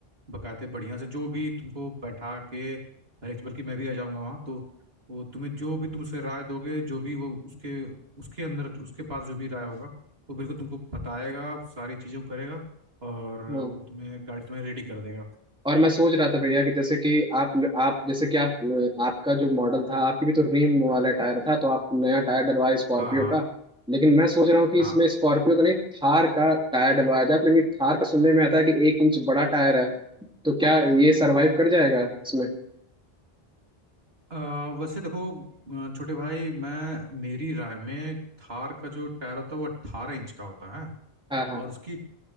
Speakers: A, on the right (about 75°); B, in the centre.
A: बकायदे बढ़िया से जो भी तुमको बैठा के हर एक बल्कि मैं भी आ जाऊंगा वहाँ तो वो तुम्हें जो भी तुम उससे राय दोगे जो भी वो उसके उसके अंदर उसके पास जो भी राय होगा वो बिल्कुल तुमको बताएगा सारी चीज़ें करेगा और
B: हम्म
A: वो तुम्हें गाड़ी तुम्हें रेडी कर देगा
B: और मैं सोच रहा था भैया कि जैसे कि आप आप जैसे कि आप आपका जो मॉडल था आपकी भी तो रिम वाला टायर था तो आप नया टायर डलवाए स्कॉर्पियो
A: हाँ हाँ
B: का लेकिन मैं सोच रहा हूँ कि
A: हाँ
B: इसमें स्कॉर्पियो का नहीं थार का टायर डलवाया जाए लेकिन थार का सुनने में आता है कि एक इंच बड़ा टायर है तो क्या ये सरवाइव कर जाएगा इसमें
A: अ, वैसे देखो अ, छोटे भाई मैं मेरी राय में थार का जो टायर होता है वो अट्ठारह इंच का होता है
B: हाँ हाँ
A: और उसकी